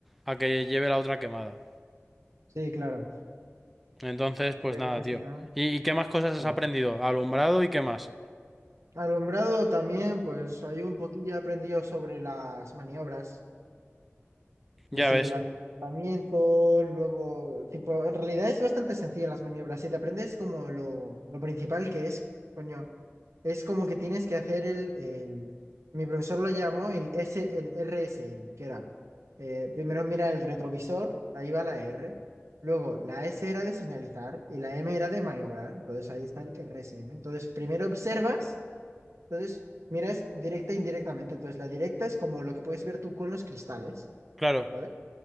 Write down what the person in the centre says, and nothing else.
a que lleve la otra quemada.
Entonces, pues
nada,
tío.
¿Y, y qué más cosas
has aprendido? Alumbrado y qué más.
Ya
ves,
claro.